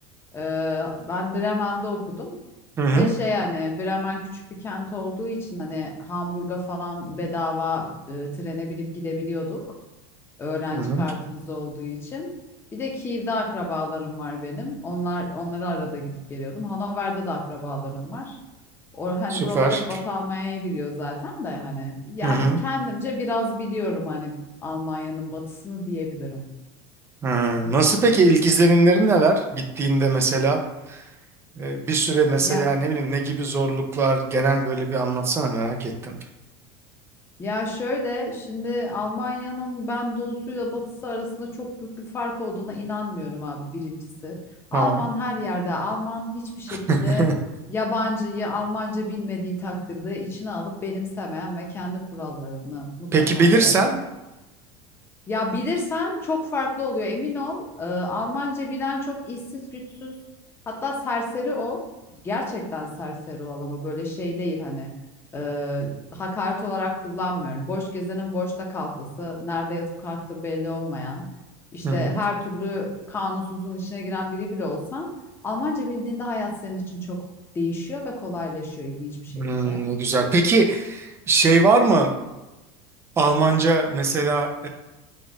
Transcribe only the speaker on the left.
Ee, ben Bremen'de okudum
ve şey hani Bremen küçük bir kent olduğu için hani Hamburg'a falan bedava e, trene binip gidebiliyorduk öğrenci
kartımız olduğu için. Bir de Kiev'de akrabalarım var benim. Onlar onları arada gidip geliyordum. Hanover'de de akrabalarım var. O hani
buralar hep Batı Almanya'ya giriyor zaten de hani yani
kendimce biraz biliyorum hani Almanya'nın batısını diyebilirim.
Ya
Ya şöyle şimdi Almanya'nın ben doğusuyla batısı arasında çok büyük bir fark olduğuna inanmıyorum abi birincisi.
Alman her yerde Alman hiçbir şekilde
yabancıyı Almanca bilmediği takdirde içine alıp benimsemeyen ve kendi kurallarını mutlaka
dayatan ya bilirsen çok farklı oluyor emin ol. Ee, Almanca bilen çok işsiz güçsüz hatta serseri ol. Gerçekten serseri ol ama böyle şey değil hani e, hakaret olarak kullanmıyorum. Boş gezenin boşta kalfası, nerede yatıp kalktığı belli olmayan, işte
her türlü kanunsuzluğun içine giren biri bile olsan Almanca bildiğinde hayat senin için çok değişiyor ve kolaylaşıyor ilginç bir şekilde.